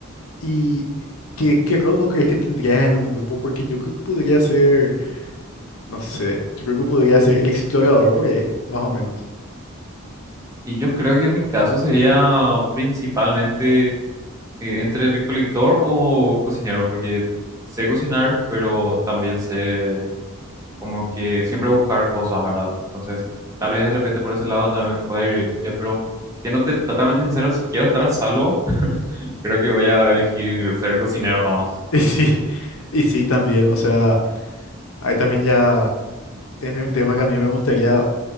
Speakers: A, on the left (about 75°); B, on the right (about 15°).
A: ¿Y qué, qué rol vos crees que tendrías en un grupo? Porque yo creo que podría ser, no sé, yo creo que podría ser el explorador por ahí, más o menos.
B: Y yo creo que en mi caso sería principalmente eh, entre recolector o cocinero, porque sé cocinar, pero también sé como que siempre buscar cosas, ¿verdad? Entonces, tal vez de repente por ese lado también pueda ir bien, pero siéndote totalmente sincero, si quiero estar a salvo, Creo que voy a elegir ser cocinero nomás.
A: <laughs> Y sí, y sí también, o sea, ahí también ya entra un tema que a mí me gustaría,